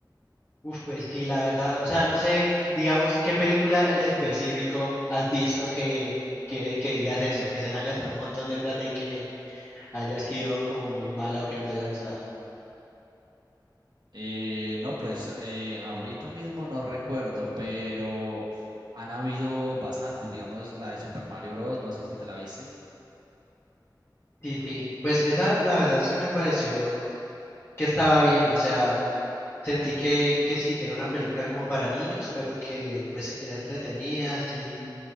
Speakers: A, on the left; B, on the right.
A: Uf, pues sí, la verdad. O sea, no sé, digamos, qué película en específico has visto que, que, que digas eso, que se hayan gastado un montón de plata y que haya sido como muy mala o que no te haya gustado.
B: Eh, no, pues eh, ahorita mismo no recuerdo, pero han habido bastantes, digamos la de Super Mario Bros. No sé si te la viste.
A: Sí, sí. Pues esa, la verdad es que me pareció que estaba bien. O sea, sentí que, que sí, que era una película como para niños, pero que pues era entretenida, sí,